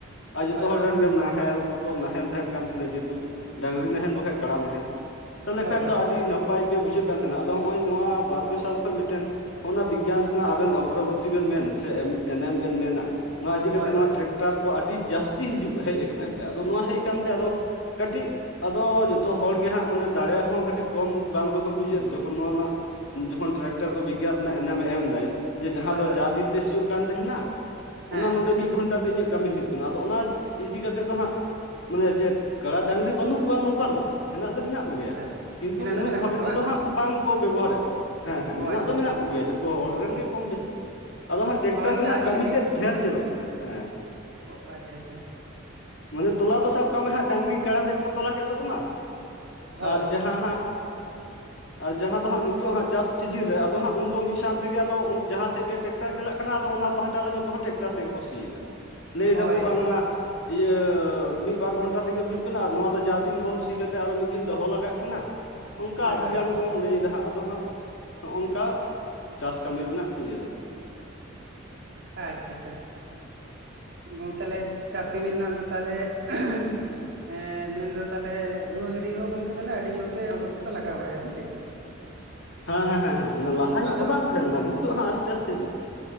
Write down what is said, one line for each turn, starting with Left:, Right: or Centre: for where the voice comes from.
Left: ᱟᱨ ᱡᱚᱛᱚ
Right: ᱦᱳᱭ
Left: ᱦᱚᱲ
Right: ᱦᱳᱭ
Left: ᱨᱮᱱ ᱜᱮ ᱱᱟᱦᱮᱞ ᱱᱟᱦᱮᱞ ᱛᱟᱦᱮᱱ ᱠᱟᱱ ᱛᱟᱦᱮᱱᱟ ᱡᱮᱦᱮᱛᱩ ᱰᱟᱝᱜᱨᱤ ᱱᱟᱦᱮᱞ ᱵᱟᱠᱷᱟᱡ ᱠᱟᱲᱟ ᱱᱟᱦᱮᱞ ᱛᱟᱦᱚᱞᱮ
Right: ᱦᱳᱭ
Left: ᱠᱷᱟᱱ
Right: ᱦᱳᱭ
Left: ᱫᱚ ᱟᱹᱰᱤ ᱱᱟᱯᱟᱭ ᱯᱟᱭ ᱜᱮ ᱵᱩᱡᱷᱟᱹᱜ ᱠᱟᱱ ᱛᱟᱦᱮᱱᱟ ᱟᱫᱚ ᱱᱚᱜᱼᱚᱭ ᱱᱚᱣᱟ ᱯᱮ ᱥᱟᱞ ᱠᱷᱚᱱ ᱢᱤᱫᱴᱮᱱ ᱵᱤᱜᱽᱜᱟᱱ ᱨᱮᱱᱟᱜ ᱟᱵᱮᱱ ᱚᱜᱨᱚᱜᱚᱛᱤ ᱵᱮᱱ ᱢᱮᱱ ᱥᱮ ᱮᱱᱮᱢ ᱵᱤᱱ ᱢᱮᱱᱟ ᱱᱚᱣᱟ ᱤᱫᱤ
Right: ᱦᱳᱭ
Left: ᱠᱟᱛᱮᱜ ᱱᱚᱣᱟ
Right: ᱦᱳᱭ
Left: ᱴᱮᱨᱮᱠᱴᱟᱨ ᱠᱚ ᱟᱹᱰᱤ ᱡᱟᱹᱥᱛᱤ ᱦᱤᱡᱩᱜ ᱦᱮᱡ ᱠᱟᱱᱟ ᱮᱱᱛᱮ ᱟᱫᱚ ᱱᱚᱣᱟ ᱦᱮᱡ ᱠᱟᱱᱛᱮ ᱟᱫᱚ ᱠᱟᱹᱴᱤᱡ ᱟᱫᱚ ᱡᱚᱛᱚ ᱦᱚᱲ ᱜᱮᱦᱟᱸᱜ ᱢᱟᱱᱮ ᱫᱟᱲᱮ ᱦᱚᱸ ᱠᱟᱹᱴᱤᱡ ᱠᱚᱢ ᱵᱟᱝ ᱫᱚᱠᱚ ᱵᱩᱡᱮᱫ ᱡᱚᱠᱷᱚᱱ ᱱᱚᱣᱟ ᱱᱟᱜ ᱡᱚᱠᱷᱚᱱ ᱴᱮᱨᱮᱠᱴᱟᱨ ᱠᱚ ᱵᱜᱽᱜᱟᱱ ᱮᱱᱮᱢ ᱮᱢᱫᱟᱭ ᱡᱮ ᱡᱟᱦᱟᱸ
Right: ᱦᱳᱭ
Left: ᱫᱚ
Right: ᱦᱳᱭ
Left: ᱡᱟ ᱫᱤᱱ ᱛᱮ ᱥᱤᱭᱳᱜ ᱠᱟᱱ ᱛᱟᱦᱮᱱᱟ
Right: ᱦᱮᱸ
Left: ᱚᱱᱟ ᱱᱚᱰᱮ ᱢᱤᱫ ᱜᱷᱚᱱᱴᱟ ᱛᱮ ᱤᱧᱟᱹᱜ ᱠᱟᱹᱢᱤ ᱦᱩᱭᱩᱜ ᱠᱟᱱᱟ ᱠᱟᱱᱟ ᱟᱫᱚ ᱚᱱᱟ ᱤᱫᱤ ᱠᱟᱛᱮ ᱫᱚ ᱦᱟᱸᱜ ᱢᱟᱱᱮ ᱡᱮ ᱠᱟᱲᱟ ᱰᱝᱜᱨᱤ ᱵᱟᱹᱱᱩᱜ ᱠᱚᱣᱟ ᱱᱚᱝᱠᱟ ᱫᱚ ᱵᱟᱝ ᱦᱮᱱᱟᱜ ᱫᱚ ᱦᱮᱱᱟᱜ ᱠᱚᱣᱟ ᱠᱚᱜᱮᱭᱟ
Right: ᱟᱪᱪᱷᱟ
Left: ᱦᱟᱸᱜ ᱠᱤᱱᱛᱩ
Right: ᱢᱮᱱᱟᱜ
Left: ᱩᱱᱟᱹᱜ
Right: ᱫᱚ ᱢᱮᱱᱟᱜ
Left: ᱵᱷᱟᱵᱮ
Right: ᱠᱚᱜᱮᱭᱟ
Left: ᱛᱮᱫᱚ ᱦᱟᱸᱜ ᱵᱟᱝ ᱠᱚ ᱵᱮᱵᱚᱦᱟᱨᱮᱫ ᱠᱚᱣᱟ ᱦᱮᱸ ᱦᱮᱸ
Right: ᱚ
Left: ᱢᱮᱱᱟᱜ
Right: ᱟᱪᱪᱷᱟ
Left: ᱫᱚ
Right: ᱟᱪᱪᱷᱟ
Left: ᱢᱮᱱᱟᱜ ᱠᱚᱜᱮᱭᱟ ᱡᱚᱛᱚ ᱦᱚᱲ
Right: ᱚ
Left: ᱨᱮᱱ ᱜᱮ ᱠᱚᱢ ᱵᱮᱥᱤ ᱟᱫᱚ ᱦᱟᱸᱜ ᱴᱮᱠᱴᱟᱨ
Right: ᱦᱳᱭ
Left: ᱨᱮᱱᱟᱜ
Right: ᱡᱟᱦᱟᱸ ᱛᱤᱱᱟᱹᱜ
Left: ᱠᱟᱹᱢᱤ
Right: ᱜᱮ
Left: ᱛᱮᱫ ᱰᱷᱮᱨ ᱧᱮᱞᱚᱜ ᱠᱟᱱᱟ ᱦᱮᱸ
Right: ᱚ ᱟᱪᱪᱷᱟ ᱪᱷᱟ
Left: ᱢᱟᱱᱮ ᱛᱚᱞᱟ ᱫᱚ ᱥᱟᱵ ᱠᱟᱜ ᱢᱮ ᱦᱟᱸᱜ ᱰᱟᱝᱜᱨᱤ ᱠᱟᱰᱟ ᱛᱮᱜᱮ ᱠᱚ ᱛᱚᱞᱟ ᱠᱮᱫ ᱛᱟᱵᱚᱱᱟ
Right: ᱦᱳᱭ
Left: ᱟᱨ ᱡᱟᱦᱟᱸ ᱦᱟᱸᱜ
Right: <inaudible>
Left: ᱟᱨ ᱡᱟᱦᱟᱸ ᱫᱚ ᱦᱟᱸᱜ ᱱᱤᱛᱚᱜ ᱦᱟᱸᱜ ᱪᱟᱥ ᱥᱤᱡᱤᱱ ᱨᱮ ᱟᱫᱚ ᱦᱟᱸᱜ ᱩᱱᱫᱚ ᱢᱤᱫ ᱥᱟᱶ ᱛᱮ ᱜᱮ ᱟᱫᱚ ᱡᱟᱦᱟᱸ ᱥᱮᱫ ᱜᱮ ᱴᱮᱠᱴᱟᱨ ᱪᱟᱞᱟᱜ ᱠᱟᱱᱟ ᱟᱫᱚ ᱚᱱᱟ ᱯᱟᱦᱴᱟ ᱫᱚ ᱡᱚᱛᱚ ᱦᱚᱲ ᱴᱮᱠᱴᱟᱨ ᱛᱮᱜᱮ ᱠᱚ ᱥᱤᱭ ᱮᱫᱟ ᱞᱟᱹᱭ
Right: ᱦᱳᱭ
Left: ᱮᱫᱟᱠᱚ ᱵᱟᱝᱢᱟ ᱤᱭᱟᱹ ᱢᱤᱫ ᱵᱟᱨ ᱜᱷᱚᱱᱴᱟ ᱛᱮᱜᱮ ᱦᱩᱭᱩᱜ ᱠᱟᱱᱟ ᱟᱨ ᱱᱚᱣᱟ ᱫᱚ ᱡᱟ ᱫᱤᱱ ᱵᱚᱱ ᱥᱤ ᱠᱟᱛᱮ‌ ᱟᱨᱦᱚᱸ ᱢᱤᱫ ᱫᱤᱱ ᱫᱚᱦᱚ ᱞᱟᱜᱟᱜ ᱠᱟᱱᱟ ᱚᱱᱠᱟ
Right: ᱦᱳᱭ
Left: ᱟᱹᱰᱤᱜᱟᱱ
Right: ᱦᱳᱭ
Left: ᱠᱚ ᱞᱟᱹᱭᱮᱫᱟ ᱦᱟᱸᱜ ᱟᱫᱚ ᱦᱟᱸᱜ ᱱᱚᱜᱼᱚ ᱱᱚᱝᱠᱟ ᱪᱟᱥ ᱠᱟᱹᱢᱤ ᱨᱮᱱᱟᱜ ᱤᱭᱟᱹ ᱫᱚ
Right: ᱟᱪᱪᱷᱟ ᱟᱪᱪᱷᱟ ᱜᱚᱝᱠᱮ ᱞᱮ ᱪᱟᱥ ᱠᱟᱹᱢᱤ ᱨᱮᱱᱟᱜ ᱫᱚ ᱛᱟᱦᱚᱞᱮ ᱮᱸᱦᱮᱸ ᱮᱸᱻ ᱢᱮᱱᱫᱚ ᱛᱟᱦᱞᱮ ᱫᱷᱩᱣᱟᱹ ᱜᱟᱹᱰᱤ ᱦᱚᱸ ᱜᱚᱝᱠᱮ ᱛᱟᱦᱞᱮ ᱟᱹᱰᱤ ᱡᱳᱨ ᱯᱮ ᱚᱱᱟ ᱠᱚᱨᱮ ᱫᱚᱯᱮ ᱞᱟᱜᱟᱣ ᱵᱟᱲᱟᱭᱟ ᱥᱮ ᱪᱮᱫ
Left: ᱦᱮᱸ ᱦᱮᱸ ᱦᱮᱸ ᱦᱮᱸ ᱢᱟᱱᱮ ᱞᱟᱦᱟ ᱧᱚᱜ
Right: ᱟᱫᱚ
Left: ᱫᱚ ᱵᱟᱝ ᱛᱟᱦᱮᱸ ᱞᱮᱱᱟ ᱱᱤᱛᱚᱜ ᱦᱟᱸᱜ ᱟᱥᱛᱮ ᱟᱥᱛᱮ ᱦᱤᱡᱩᱜ ᱠᱟᱱᱟ